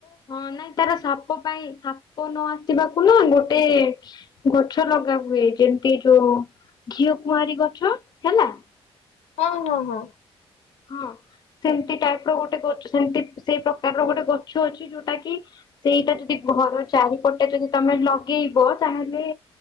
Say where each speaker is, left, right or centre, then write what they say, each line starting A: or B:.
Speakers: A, on the left (about 40°); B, on the left (about 80°).
A: ହଁ ନାଇଁ ତାର ସାପ ପାଇଁ ସାପ ନ ଆସିବାକୁ ନା ଗୋଟେ ଗଛ ଲଗାନ୍ହୁଏ ଯେମତି ଯୋଉ ଘିଅ କୁଆଁରୀ ଗଛ ହେଲା
B: ହ, ହ, ହ।
A: ହଁ ସେମତି ଟାଇପ ର ଗୋଟେ ଗ ସେମତି ସେଇ ପ୍ରକାରର ଗୋଟେ ଗଛ ଅଛି ଯୋଉଟା କି ସେଇଟା ଯଦି ଘର ଚାରିପଟେ ଯଦି ତମେ ଲଗ ଲଗେଇବ ତାହେଲେ